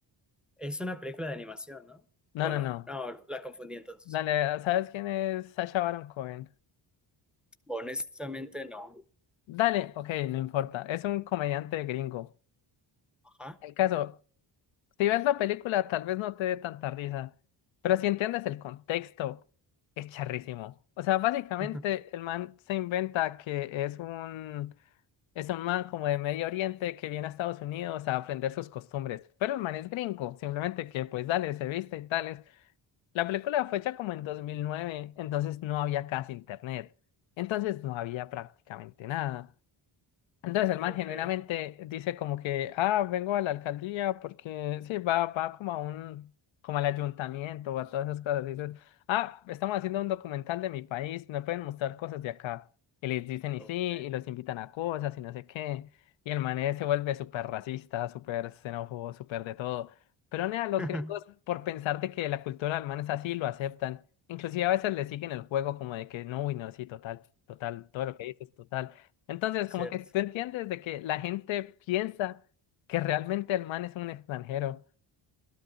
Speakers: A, in the centre; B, on the left.
A: Es una película de animación, ¿no?
B: No,
A: ¿O
B: no,
A: no?
B: no.
A: No, la confundí entonces.
B: Dale, ¿sabes quién es Sacha Baron Cohen?
A: Honestamente, no.
B: Dale, ok, no importa. Es un comediante gringo.
A: Ajá.
B: El caso, Si ves la película, tal vez no te dé tanta risa, pero si entiendes el contexto, es charrísimo. O sea, básicamente
A: <laughs>
B: el man se inventa que es un, es un man como de Medio Oriente que viene a Estados Unidos a aprender sus costumbres, pero el man es gringo, simplemente que pues dale, se viste y tales. La película fue hecha como en 2009, entonces no había casi internet, entonces no había prácticamente nada. Entonces el man
A: Ok,
B: genuinamente dice como que, ah, vengo a la alcaldía porque sí, va, va como a un, como al ayuntamiento o a todas esas cosas. Y Dices, ah, estamos haciendo un documental de mi país, me pueden mostrar cosas de acá. Y les dicen y
A: ok.
B: sí, y los invitan a cosas y no sé qué. Y el man eh, se vuelve súper racista, súper xenófobo, súper de todo. Pero nea, los
A: <laughs>
B: gringos, por pensar de que la cultura del man es así, lo aceptan. Inclusive a veces le siguen el juego como de que, no, uy, no, sí, total, total, todo lo que dices, total. Entonces,
A: Cierto.
B: como que tú entiendes de que la gente piensa que realmente el man es un extranjero.